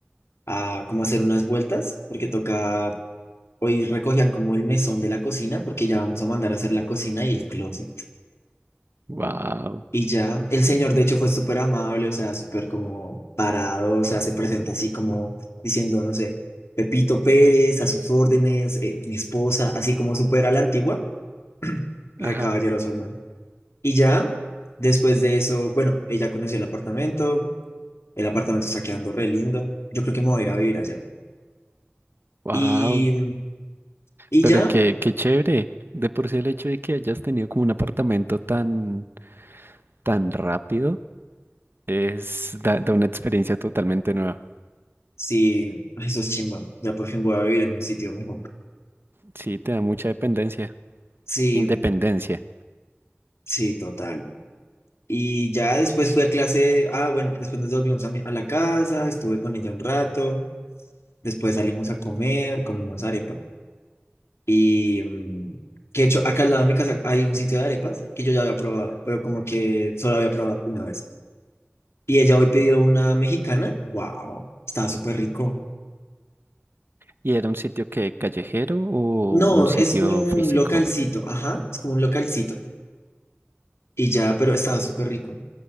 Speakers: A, on the left; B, on the right.
A: a como hacer unas vueltas, porque toca, hoy recogían como el mesón de la cocina, porque ya vamos a mandar a hacer la cocina y el closet.
B: Wow.
A: Y ya, el señor de hecho fue súper amable, o sea, súper como parado, o sea, se presenta así como diciendo, no sé, Pepito Pérez, a sus órdenes, eh, mi esposa, así como súper a la antigua, <clears throat> re
B: Ajá.
A: caballeroso, hermano. Y ya, después de eso, bueno, ella conoció el apartamento, el apartamento está quedando re lindo, yo creo que me voy a ir a vivir allá.
B: Wow.
A: Y, y
B: Pero
A: ya,
B: qué, qué chévere. De por sí el hecho de que hayas tenido como un apartamento tan, tan rápido es da da una experiencia totalmente nueva.
A: Sí, eso es chimba. Ya por fin voy a vivir en un sitio mejor.
B: Sí, te da mucha dependencia.
A: Sí,
B: Independencia.
A: sí, total. Y ya después fui a clase. Ah, bueno, después nos volvimos a, mi- a la casa, estuve con ella un rato. Después salimos a comer, comimos arepa. Y mm, que de hecho, acá al lado de mi casa hay un sitio de arepas que yo ya había probado, pero como que solo había probado una vez. Y ella hoy pidió una mexicana. ¡Wow! Estaba súper rico.
B: ¿Y era un sitio que callejero o
A: No,
B: un sitio
A: es como un
B: físico?
A: localcito. Ajá, es como un localcito. Y ya, pero estaba súper rico.